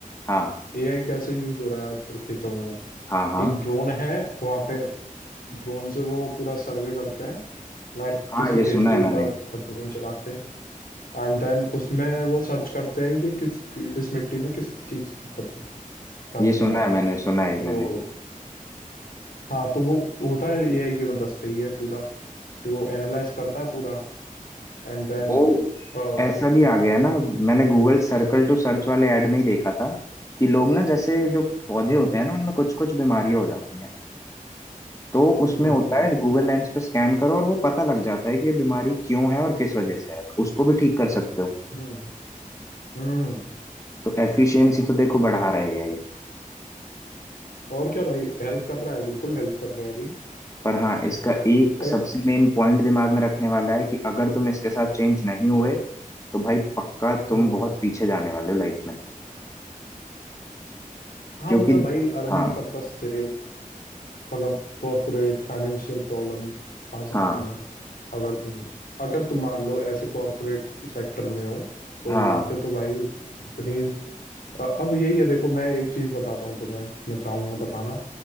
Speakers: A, on the left; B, on the left.
A: हाँ
B: एआई कैसे यूज हो रहा है आजकल खेतों में
A: हाँ हाँ
B: एक ड्रोन है वहां पे ड्रोन से वो पूरा सर्वे करते हैं लाइक
A: हाँ
B: किसी
A: ये
B: खेत
A: सुना
B: के
A: है
B: ऊपर
A: मैंने
B: ड्रोन चलाते हैं एंड देन उसमें वो सर्च करते हैं कि किस इस मिट्टी में किस चीज की कमी कमी
A: ये सुना
B: है
A: है मैंने सुना
B: तो
A: है ये मैंने
B: हाँ तो वो होता है एआई की मदद से ही है पूरा कि वो एनालाइज करता है पूरा एंड देन
A: वो
B: बता
A: ऐसा भी आ गया ना मैंने गूगल सर्कल टू सर्च वाले ऐड में ही देखा था कि लोग ना जैसे जो पौधे होते
B: हम्म
A: हैं ना उनमें कुछ कुछ बीमारियां हो जाती हैं तो उसमें
B: हम्म
A: होता
B: हम्म
A: है गूगल लेंस पे स्कैन करो और वो पता लग जाता है कि ये बीमारी क्यों है और किस वजह से है तो उसको भी ठीक कर सकते हो
B: हम्म हम्म।
A: तो एफिशिएंसी तो देखो बढ़ा रहे हैं ही
B: और क्या भाई हेल्प कर रहा है बिल्कुल हेल्प कर रहा है अभी
A: पर हाँ इसका एक
B: और
A: सबसे मेन पॉइंट दिमाग में रखने वाला है कि अगर तुम इसके साथ चेंज नहीं हुए तो भाई पक्का तुम
B: हम्म
A: बहुत पीछे जाने वाले हो लाइफ में
B: हाँ
A: क्योंकि
B: मतलब भाई अर्निंग
A: हाँ
B: पर्पस से मतलब कॉरपोरेट फाइनेंशियल प्रॉब्लम आ सकती
A: हाँ
B: हैं अगर तुम अगर तुम मान लो ऐसे कॉरपोरेट सेक्टर में हो तो
A: हाँ
B: वहां पे तो भाई कंपनीज अब यही है देखो मैं एक चीज बताता हूँ तुम्हें मैं चाहूंगा बताना